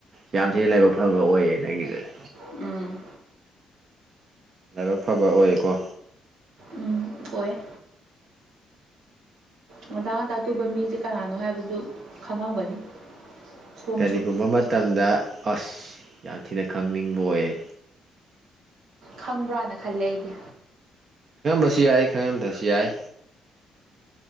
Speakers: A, on the right (about 50°); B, on the right (about 85°).
A: ꯌꯥꯝ ꯊꯤꯅ ꯂꯥꯏꯕꯛ ꯐꯕ ꯑꯣꯏꯌꯦ ꯅꯪꯒꯤꯗꯨꯗꯤ
B: ꯎꯝ
A: ꯂꯥꯏꯕꯛ ꯐꯕ ꯑꯣꯏꯌꯦꯀꯣ
B: ꯎꯝ ꯑꯣꯏ ꯉꯟꯇꯥ ꯉꯟꯇꯥ ꯑ ꯇꯨꯝꯕ ꯃꯤꯁꯦ ꯀꯅꯥꯅꯣ ꯍꯥꯏꯕꯗꯨ ꯈꯪꯉꯝꯒꯅꯤ ꯁꯣꯝꯁꯨ
A: ꯀꯔꯤꯒꯨꯝꯕ ꯃꯇꯝꯗ ꯑꯁ ꯌꯥꯝ ꯊꯤꯅ ꯈꯪꯅꯤꯡꯕ ꯑꯣꯏꯌꯦ
B: ꯈꯪꯕ꯭ꯔꯥꯅ ꯈꯜꯂꯦ ꯑꯩꯗꯤ
A: ꯈꯪꯉꯝꯕꯁꯨ ꯌꯥꯏ ꯈꯪꯉꯝꯗꯕꯁꯨ ꯌꯥꯏ